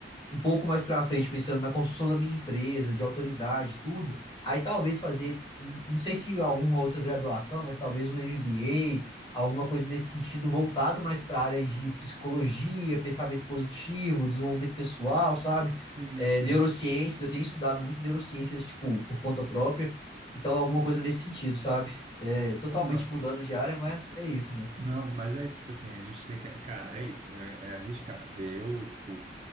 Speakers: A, on the left; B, on the right.
A: um pouco mais pra frente, pensando na construção da minha empresa, de autoridade, tudo, aí talvez fazer, não sei se alguma outra graduação, mas talvez um MBA, alguma coisa nesse sentido voltado mais para a área de psicologia, pensamento positivo, desenvolvimento pessoal, sabe?
B: Sim,
A: É,
B: sim.
A: neurociências, eu tenho estudado muito neurociências, tipo, por conta própria, então alguma coisa nesse sentido, sabe? É, totalmente
B: Ô, mano,
A: mudando de área, mas é isso, né?
B: não, mas é isso, tipo assim, a gente tem que, cara, é isso, é, é arriscar. Eu, tipo,